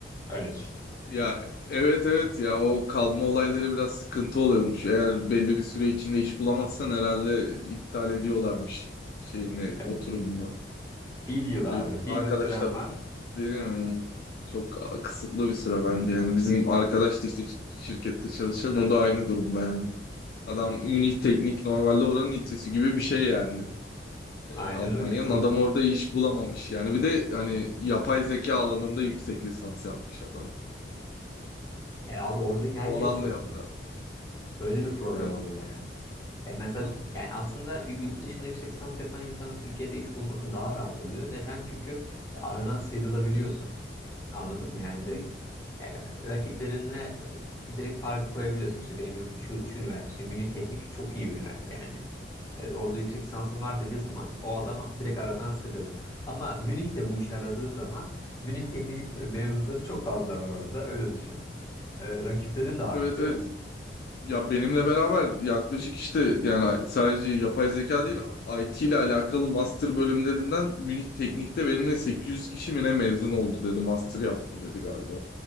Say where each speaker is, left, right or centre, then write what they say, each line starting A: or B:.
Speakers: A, on the left; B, on the left.
A: Öyle düşün.
B: Ya evet evet ya o kalma olayları biraz sıkıntı oluyormuş. Eğer belli bir süre içinde iş bulamazsan herhalde iptal ediyorlarmış şeyini
A: E,
B: oturumunu.
A: Bir yıl
B: Öyle
A: abi
B: arkadaş
A: bir yıl süren
B: da
A: var.
B: bilmiyorum ama çok kısıtlı bir süre bence yani bizim arkadaş da işte şirkette çalışan o da aynı durumda yani. Adam Münih Teknik normalde oranın itisi gibi bir şey yani e,
A: Aynen
B: Almanya'nın.
A: öyle. Çok
B: Adam orada iş bulamamış yani. Bir de hani yapay zeka alanında yüksek lisans yapmış adam.
A: ya
B: Hani
A: abi oradaki herkes
B: o alanda
A: çok
B: yaptı.
A: iyi. Böyle bir problem
B: Evet.
A: oluyor yani. E mesela
B: Hı
A: yani aslında y- yurt dışında yüksek lisans yapan insanın Türkiye'de iş bulması daha rahat oluyor. Neden? Çünkü e, aradan sıyrılabiliyorsun. Anladın mı? Yani direkt
B: hı.
A: e, rakiplerinle e, direkt farkı koyabiliyorsun. İşte benim yurt, şu, şu üniversite işte Münih Teknik çok iyi bir üniversite yani. E, orada yüksek lisansın var dediği zaman o adam direkt aradan sıyrılır. Ama Münih'te bu işe aradığın zaman Münih Teknik e, mezunları çok fazla var orada. Öyle düşün. E, rakiplerin de artıyor.
B: Evet evet. Ya benimle beraber yaklaşık işte yani sadece yapay zeka değil IT ile alakalı master bölümlerinden Münih Teknik'te benimle 800 kişi mi ne mezun oldu dedi. Master yaptı dedi galiba.